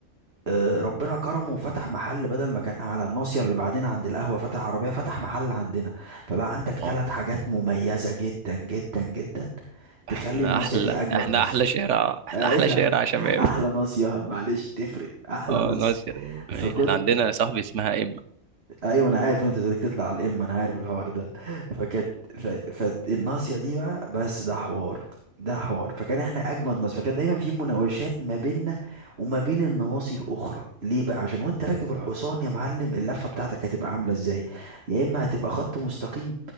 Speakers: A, on the right; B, on the right.
A: آه، ربنا كرمه وفتح محل بدل ما كان على الناصيه اللي بعدين عند القهوه فتح عربيه فتح محل عندنا فبقى عندك ثلاث
B: اه
A: حاجات مميزه جدا جدا جدا تخلي
B: احنا
A: الناصيه
B: احلى
A: دي اجمد
B: احنا
A: ناصيه
B: احلى شارع
A: <laughs>
B: احنا
A: ايوه
B: احلى شارع يا شباب
A: احلى
B: <laughs>
A: ناصيه معلش تفرق احلى
B: اه
A: ناصيه
B: ناس يعني
A: فكنت
B: احنا عندنا يا صاحبي اسمها اما
A: ايوه انا عارف انت بدك تطلع على الام انا عارف الحوار ده <laughs> فكانت ف... فالناصيه دي بقى بس ده حوار ده حوار فكان احنا اجمد ناس فكان دايما في مناوشات ما بيننا وما بين النواصي الاخرى ليه بقى عشان وانت راكب الحصان يا معلم اللفه بتاعتك هتبقى عامله ازاي يا اما هتبقى خط مستقيم